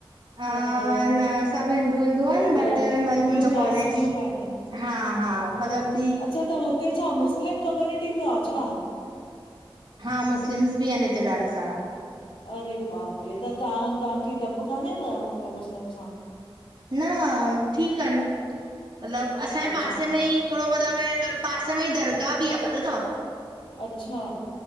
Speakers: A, on the right; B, on the left.
A: अ
B: सभु
A: न, सभु हिंदू हिंदू आहिनि,
B: ॿिया
A: बट म
B: ॿियूं
A: मुंहिंजो
B: कास्ट
A: कॉलेज
B: जूं पाईंदियूं
A: हा हा, मतिलब
B: अच्छा, त हुते छा मुस्लिम कम्यूनिटी बि आ छा?
A: हा, मुस्लिम्स बि आहनि हिते ॾाढा सारा।
B: अरे बापरे! त ता तांखे डपु कान्हे, अ हुते मुस्लिम सां?
A: न ठीकु आन मतलब, असांजे
B: अच्छा
A: पासे में ई थोड़ो मतलबु पासे में ई दरगाह बि आ, पतो तव?
B: अच्छा